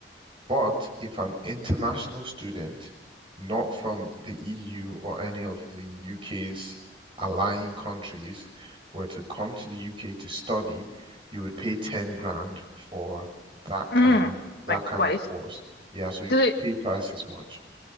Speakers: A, on the right; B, on the left.
A: but if an international student, not from the EU or any of the UK's allying countries, were to come to the UK to study, you would pay 10 grand for that kind
B: Mm.
A: of that
B: Like
A: kind
B: twice.
A: of course. Yeah, so you
B: Does it
A: pay twice as much.